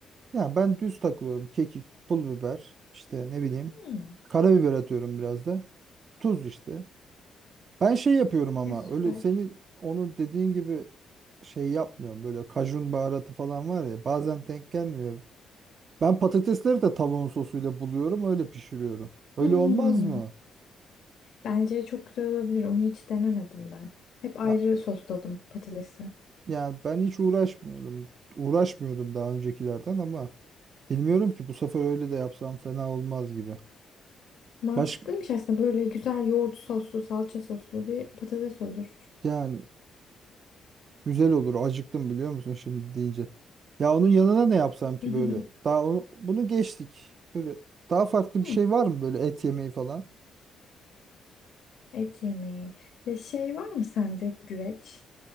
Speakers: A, on the right; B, on the left.
A: Yani ben düz takılıyorum. Kekik, pul biber, işte ne bileyim.
B: Hmm.
A: Karabiber atıyorum biraz da. Tuz işte. Ben şey yapıyorum ama
B: E, süper.
A: öyle senin onu dediğin gibi şey yapmıyorum. Böyle kajun baharatı falan var ya bazen denk gelmiyor. Ben patatesleri de tavuğun sosuyla buluyorum öyle pişiriyorum. Öyle
B: Hmm.
A: olmaz mı?
B: Bence çok güzel olabilir. Onu hiç denemedim ben. Hep ayrı
A: Ha,
B: sosladım patatesi.
A: yani ben hiç uğraşmıyorum. Uğraşmıyordum daha öncekilerden ama bilmiyorum ki bu sefer öyle de yapsam fena olmaz gibi.
B: Mantıklıymış
A: Baş
B: aslında. Böyle güzel yoğurt soslu, salça soslu bir patates olur.
A: yani Güzel olur. Acıktım biliyor musun şimdi deyince. Ya onun yanına ne yapsam ki
B: <laughs>
A: böyle? Daha onu, bunu geçtik. Böyle daha farklı
B: Hmm.
A: bir şey var mı böyle et yemeği falan?
B: Et yemeği. Ya şey var mı sende güveç?